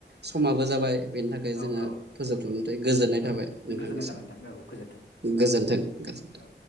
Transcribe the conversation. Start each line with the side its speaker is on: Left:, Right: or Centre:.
Right: समाबो जाबाय बेनि थाखाय
Left: औ
Right: जोङो
Left: औ
Right: फोजोबथ'नो गोजोननाय
Left: औ
Right: थाबाय नोंथांनिसिम
Left: गोजोननाय थाबाय नोंथां औ गोजोन्थों
Right: गोजोन्थों गोजोन्थों
Left: औ